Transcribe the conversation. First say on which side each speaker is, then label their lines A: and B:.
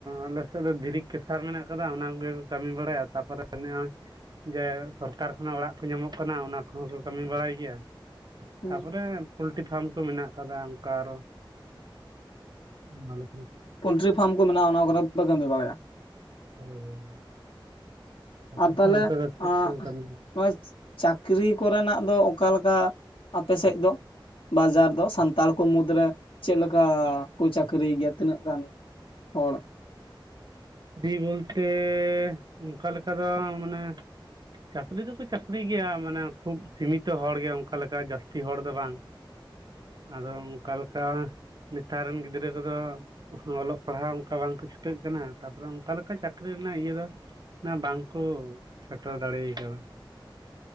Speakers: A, on the right; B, on the left.
A: ᱟᱞᱮᱥᱮᱫ ᱫᱚ ᱫᱷᱤᱨᱤ ᱠᱮᱥᱟᱨ ᱢᱮᱱᱟᱜ ᱠᱟᱫᱟ ᱚᱱᱟ ᱠᱚᱜᱮ ᱠᱟᱹᱢᱤ ᱵᱟᱲᱟᱭᱟ ᱛᱟᱨᱯᱚᱨᱮ ᱱᱚᱭ ᱡᱮ ᱥᱚᱨᱠᱟᱨ ᱠᱷᱚᱱᱟᱜ ᱚᱲᱟᱜ ᱠᱚ ᱧᱟᱢᱚᱜ ᱠᱟᱱᱟ ᱚᱱᱟ ᱠᱚᱦᱚᱸ ᱠᱚ ᱠᱟᱹᱢᱤ ᱵᱟᱲᱟᱭ ᱜᱮᱭᱟ
B: ᱦᱩᱸ
A: ᱛᱟᱯᱚᱨᱮ ᱯᱳᱞᱴᱤ ᱯᱷᱟᱨᱢ ᱠᱚ ᱢᱮᱱᱟᱜ ᱠᱟᱫᱟ ᱚᱱᱠᱟ ᱟᱨᱦᱚ ᱢᱟᱞᱚ
B: ᱯᱳᱞᱴᱨᱤ ᱯᱷᱟᱨᱢ ᱠᱚ ᱢᱮᱱᱟᱜᱼᱟ ᱚᱱᱟ ᱠᱚᱨᱮ ᱞᱮ ᱠᱟᱹᱢᱤ ᱵᱟᱲᱟᱭᱟ
A: ᱦᱳᱭ ᱟᱯᱮ
B: ᱟᱨ ᱛᱟᱦᱚᱞᱮ
A: ᱥᱮᱫ ᱚᱱᱛᱮ ᱫᱚ ᱪᱮᱫ
B: ᱟ
A: ᱠᱚ ᱠᱟᱹᱢᱤ
B: ᱱᱚᱜᱼᱚᱭ ᱪᱟᱹᱠᱨᱤ ᱠᱚᱨᱮᱱᱟᱜ ᱫᱚ ᱚᱠᱟ ᱞᱮᱠᱟ ᱟᱯᱮ ᱥᱮᱫ ᱫᱚ ᱵᱟᱡᱟᱨ ᱫᱚ ᱥᱟᱱᱛᱟᱲ ᱠᱚ ᱢᱩᱫᱽ ᱨᱮ ᱪᱮᱫ ᱞᱮᱠᱟ ᱠᱚ ᱪᱟᱹᱠᱨᱤᱭ ᱜᱮᱭᱟ ᱛᱤᱱᱟᱹᱜ ᱜᱟᱱ ᱦᱚᱲ
A: ᱫᱤ ᱵᱚᱞᱛᱮ ᱚᱱᱠᱟ ᱞᱮᱠᱟ ᱫᱚ ᱢᱟᱱᱮ ᱪᱟᱹᱠᱨᱤ ᱫᱚᱠᱚ ᱪᱟᱹᱠᱨᱤ ᱜᱮᱭᱟ ᱢᱟᱱᱮ ᱠᱷᱩᱵ ᱥᱤᱢᱤᱛᱚ ᱦᱚᱲ ᱜᱮ ᱚᱱᱠᱟ ᱞᱮᱠᱟ ᱡᱟᱹᱥᱛᱤ ᱦᱚᱲ ᱫᱚ ᱵᱟᱝ ᱟᱫᱚ ᱚᱱᱠᱟᱞᱮᱠᱟ ᱱᱮᱛᱟᱨ ᱨᱮᱱ ᱜᱤᱫᱽᱨᱟᱹ ᱠᱚᱫᱚ ᱚᱞᱚᱜ ᱯᱟᱲᱦᱟᱜ ᱚᱱᱠᱟ ᱵᱟᱝᱪᱷ ᱪᱷᱩᱴᱟᱹᱜ ᱠᱟᱱᱟ ᱛᱟᱯᱚᱨᱮ ᱚᱱᱠᱟ ᱞᱮᱠᱟ ᱪᱟᱹᱠᱨᱤ ᱨᱮᱱᱟᱜ ᱤᱭᱟᱹ ᱫᱚ ᱵᱟᱝᱠᱚ ᱥᱮᱴᱮᱨ ᱫᱟᱲᱮᱭ ᱠᱟᱫᱟ